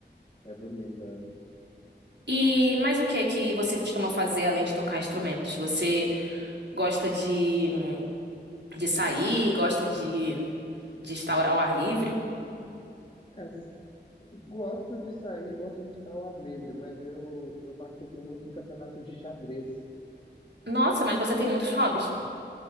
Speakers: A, on the left; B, on the right.
A: É bonito, é.
B: E mais o que é que você costuma fazer além de tocar instrumentos? Você gosta de, de sair, gosta de, de estar ao ar livre?
A: É, Gosto de sair, gosto de estar ao ar livre, mas eu, eu participo muito de campeonatos de xadrez.
B: Nossa, mas você tem muitos hobbies.